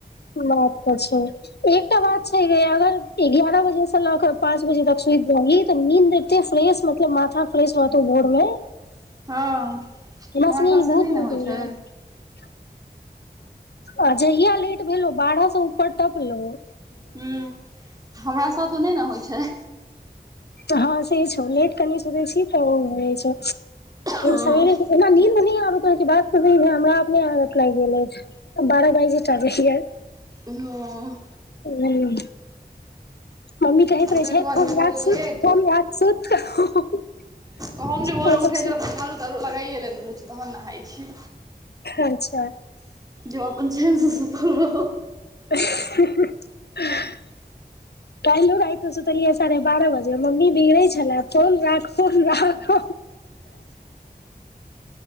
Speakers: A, on the left; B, on the right.
A: बात तऽ छै एकटा बात छै जे अगर ग्यारह बजे स ल क पाँच बजे तक सुति जेबही त नींद एते फ्रेश मतलब माथा फ्रेश रहतौ भोरमे।
B: हँ।
A: हमरा संगे
B: साथ
A: ई
B: से
A: बहुत
B: नहि ने
A: नीक
B: होइ
A: होइये।
B: छै
A: आ जहिया लेट भेलो बारहसँ ऊपर टपलौ
B: हुँ हमरा साथ नै न होइ छैय।
A: हँ से छौ लेट कनि सुतय छी तब <unintelligible> छौ।
B: हँ
A: सबेरे सुत नीद नय आबैत रहय छैय बाद हमरा अपने आदत लाइग गेल अइछ बारह बाइज गेल चाइये पीयब।
B: हँ
A: ह। मम्मी कहैत रहय
B: ताहि
A: छैय
B: दुआरे
A: फोन
B: भऽ
A: राख
B: गेलै
A: सुत
B: लेट
A: फोन राख सुत।
B: हम जे भोरे
A: ओ
B: उठै
A: सब
B: छलौं
A: सुत
B: त तरू लगइए लेने रहै छी तहन नहाइ छी।
A: अच्छा।
B: जो अपन चैन स सुतल रहब।
A: ही ही काल्हो राइतमे सुतलियै साढ़े बारह बजे मम्मी बिगड़ै छलै फोन राख, फोन राख।